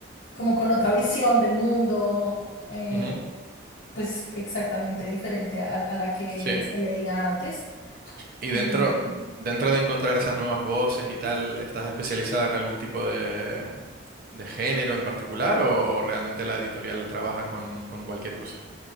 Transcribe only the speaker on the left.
como con otra visión del mundo, eh,
pues, exactamente diferente a a la que
se leía antes.
Y